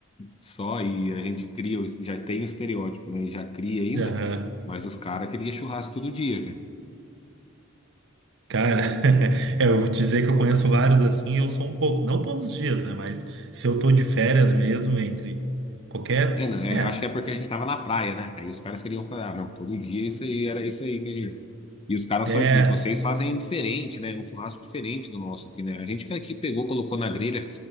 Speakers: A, on the left; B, on the right.
A: só e a gente cria, o- já tem o estereótipo, né? E já cria ainda,
B: Aham.
A: mas os caras queriam churrasco todo dia,
B: Cara, <laughs> é, eu vou dizer que eu conheço vários assim, eu sou um pouco, não todos os dias, né? Mas se eu tô de férias mesmo, entre qualquer.
A: É, não, é,
B: É,
A: eu acho que é porque a gente tava na praia, né? Aí os caras queriam falar, ah, não, todo dia isso aí era isso aí que a gente. E os caras
B: é,
A: fa- e vocês fazem diferente, né? Um churrasco diferente do nosso aqui, né? A gente que aqui pegou, colocou na grelha,